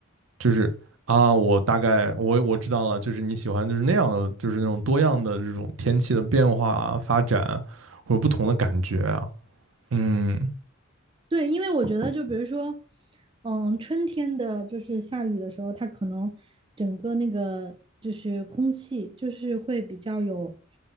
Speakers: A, on the right (about 80°); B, on the right (about 25°).
A: 就是啊，我大概我我知道了，就是你喜欢就是那样的，就是那种多样的这种天气的变化啊、发展啊或者不同的感觉啊，嗯
B: 对，因为我觉得，就比如说，嗯，春天的就是下雨的时候，它可能整个那个就是空气就是会比较有，